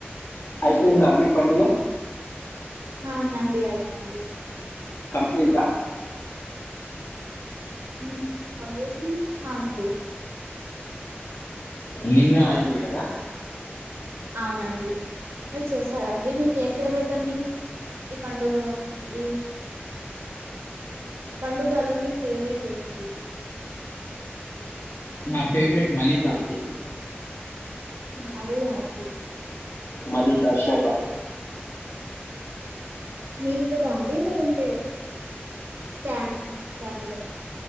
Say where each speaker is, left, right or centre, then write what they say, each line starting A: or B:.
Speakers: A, on the left; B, on the right.
A: అయిపోయిందా అండీ పండుగ
B: హవునండి అయిపోయింది
A: కంప్లీటా
B: మ్ <unintelligible>
A: నిన్న ఐంది కదా
B: అవునండి మీరు చేసారాండి మీకు ఏం ఫేవరెట్ అండి ఈ పండుగా ఇ పండుగలో మీ ఫేవరెట్ ఏంటిది
A: నా ఫేవరెట్ మలిదా అండి
B: మలిదా ఆండి
A: మలిదా శర్బత్
B: మీల్క్ దా అండి లేకుంటే క్యామ్స్ క్యాందాండి